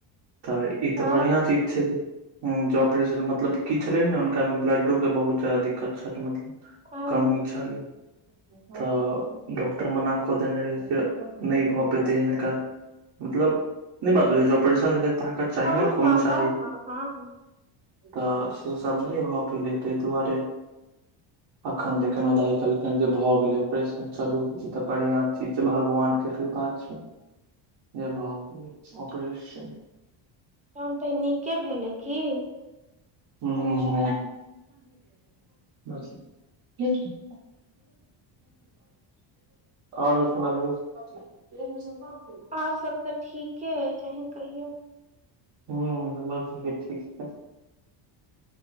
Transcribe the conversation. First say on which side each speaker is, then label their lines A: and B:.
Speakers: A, on the right; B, on the right.
A: तऽ ई
B: हँ
A: तऽ बढ़िआं चीज जे ऑपरेशन मतलब की छलनि ने हुनका मे ब्लडो के बहुत जादा दिक्कत छलै मतलब
B: हँ
A: कमी छलै तऽ डॉक्टर मना कऽ देने रहै से नइ भऽ पेतै हिनका मतलब नइ बात बुझैछौ ऑपरेशन लगै ताकत चाहि चाही
B: हँ
A: न
B: हँ
A: खून चाही
B: हँ हँ
A: तऽ से सब नइ भऽ पयले तइ दुआरे
B: <inaudible>
A: अखन देखन दाही कहलकनि जे भए गेले ऑपरेशन चलु इ त बढ़िया चीज छै भगवान के कृपा छै
B: <inaudible>
A: जे भ ऑपरेशन
B: तहन तऽ नीके भेलै की
A: हूं हूं हूं <unintelligible> अच्छा आओर सब सुनबिऔ <unintelligible>
B: आओर सब तऽ ठीके अछि अहीं कहियौ
A: हूँ हमर सबके ठीक छै